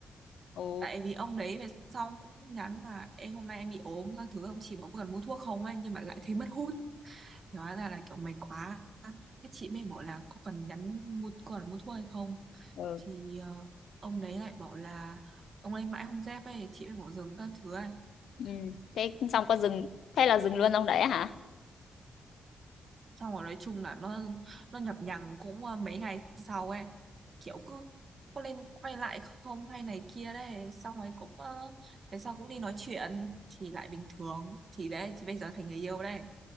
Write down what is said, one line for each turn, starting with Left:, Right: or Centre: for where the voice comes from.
Left: ồ
Right: tại vì ông đấy về sau cũng nhắn là em hôm nay em bị ốm các thứ ông chỉ bảo có cần mua thuốc không ấy nhưng mà lại thấy mất hút hóa ra là kiểu mệt quá Thế chị mới bảo là có cần nhắn mua còn mua thuốc hay không
Left: ừ
Right: thì ờ, ông đấy lại bảo là ông ấy mãi không dép ấy chị mới bảo dừng các thứ ấy
Left: ừ thế xong có dừng thế là dừng luôn ông đấy hả
Right: xong rồi nói chung là nó nó nhập nhằng cũng ờ, mấy ngày sau ấy kiểu cứ có lên quay lại không hay này kia đấy xong rồi cũng ờ, về sau cũng đi nói chuyện thì lại bình thường thì đấy chị bây giờ thành người yêu đây